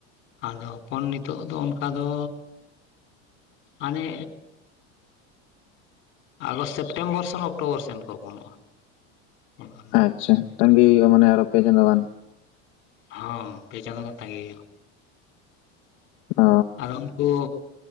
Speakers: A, on the left; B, on the left.
A: ᱟᱫᱚ ᱦᱚᱯᱚᱱ ᱱᱤᱛᱚᱜ ᱫᱚ ᱚᱱᱠᱟ ᱫᱚ ᱢᱟᱱᱮ ᱟᱫᱚ ᱥᱮᱯᱴᱮᱢᱵᱚᱨ ᱥᱮᱱ ᱚᱠᱴᱳᱵᱚᱨ ᱥᱮᱱ ᱠᱚ ᱦᱚᱯᱚᱱᱚᱜᱼᱟ ᱚᱱᱠᱟᱱ?
B: ᱟᱪᱪᱷᱟ ᱛᱟᱝᱜᱤᱦᱩᱭᱩᱼᱟ ᱢᱟᱱᱮ ᱟᱨᱚ ᱯᱮ ᱪᱟᱸᱫᱚ ᱜᱟᱱ
A: ᱦᱚᱸ ᱯᱮ ᱪᱟᱸᱫᱳ ᱜᱟᱱ ᱛᱟᱝᱜᱤ ᱦᱩᱭᱩᱼᱟ
B: ᱚ
A: ᱟᱫᱚ ᱩᱱᱠᱩ